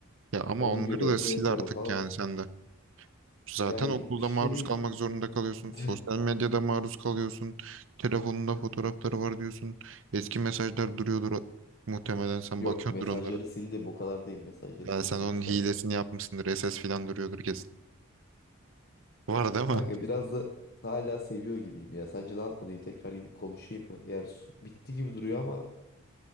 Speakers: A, on the right; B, on the left.
A: Ya ama
B: Onu
A: onları
B: görüyorum,
A: da
B: şey
A: sil
B: yapıyorum
A: artık
B: falan.
A: yani sen de. Zaten
B: Yani
A: okulda
B: işte
A: maruz
B: bir
A: kalmak zorunda kalıyorsun.
B: <laughs>
A: Sosyal medyada maruz kalıyorsun. Telefonunda fotoğrafları var diyorsun. Eski mesajlar duruyordur. Muhtemelen sen
B: Yok
A: bakıyordur
B: mesajları
A: onlara.
B: sildim. O kadar değil mesajları
A: Ya
B: sildim
A: sen onun
B: lütfen.
A: hilesini yapmışsındır. SS falan duruyordur kesin. Var değil mi?
B: Kanka biraz da hala seviyor gibiyim ya. Sence ne yapmalıyım? Tekrar gidip konuşayım mı? Yani su- bitti gibi duruyor ama